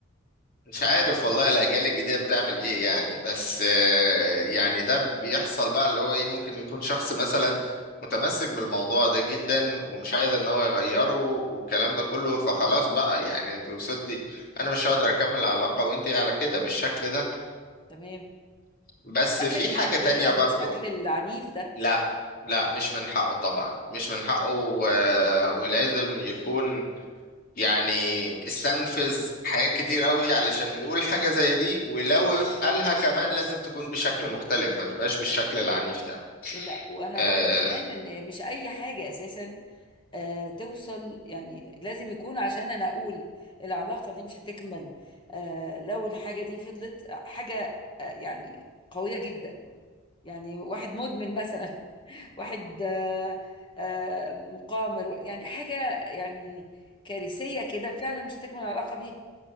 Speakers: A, on the left; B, on the left.
A: مش عارف والله الأجيال الجديدة بتعمل إيه يعني بس آه، يعني ده بيحصل بقى اللي هو إيه ممكن يكون شخص مثلا متمسك بالموضوع ده جدا ومش عايز إن هو يغيره والكلام ده كله فخلاص بقى يعني أنت وصلتي أنا مش هقدر أكمل العلاقة وأنت على كده بالشكل ده
B: تمام
A: بس
B: هل
A: في
B: من حقه
A: حاجة تانية
B: يقولها بالشكل
A: برضو
B: العنيف ده؟
A: لا لا مش من حقه طبعا مش من حقه و... ولازم يكون يعني استنفذ حاجات كتير قوي علشان يقول حاجة زي دي ولو قالها كمان لازم تكون بشكل مختلف ما تبقاش بالشكل العنيف ده
B: لا وأنا
A: آه،
B: رأيي كمان إن مش أي حاجة أساسا آه توصل يعني لازم يكون عشان أنا أقول العلاقة دي مش هتكمل آه لو الحاجة دي فضلت حاجة آه يعني قوية جدا يعني واحد مدمن مثلا <laughs> واحد آه آه مقامر يعني حاجة يعني كارثية كده فعلا مش تكمل العلاقة بيها